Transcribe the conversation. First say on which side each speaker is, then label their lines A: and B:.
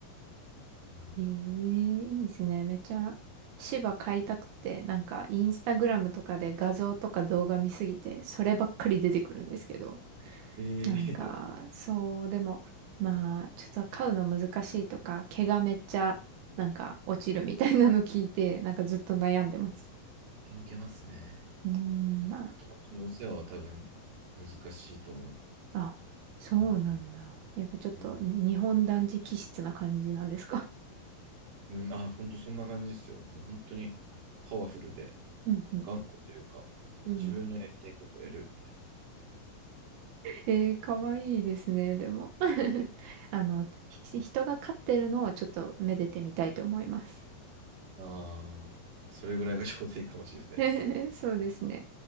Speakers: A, on the right; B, on the right.
A: うん。
B: ええいいですね。めっちゃ、芝買いたくて、なんか、インスタグラムとかで画像とか動画見すぎて、そればっかり出てくるんですけど。
A: えー、
B: なんか、
A: <laughs>
B: そう、でも、まあ、ちょっと飼うの難しいとか、毛がめっちゃ、なんか、落ちるみたいなの聞いて、なんかずっと悩んでます。
A: 続けますね。
B: うーん、まあ、
A: あと、本当にお世話は多分、難しいと思
B: あ、そうなんだ。
A: う。なのかな。
B: やっぱちょっと、
A: うん。
B: 日本男児気質な感じなんですか。
A: うん、あ、本当そんな感じですよ。もう本当に、パワフルで、
B: <laughs> うん、うん、
A: 頑固というか、
B: うん。
A: 自分のやりたいことをやるみたい
B: えー、かわいいですね、でも。<laughs> あの、ひ人が飼ってるのをちょっとめでてみたいと思います。
A: な。ああ、それぐらいが <laughs> ちょうどいいかもしれないです。
B: <laughs> そうですね。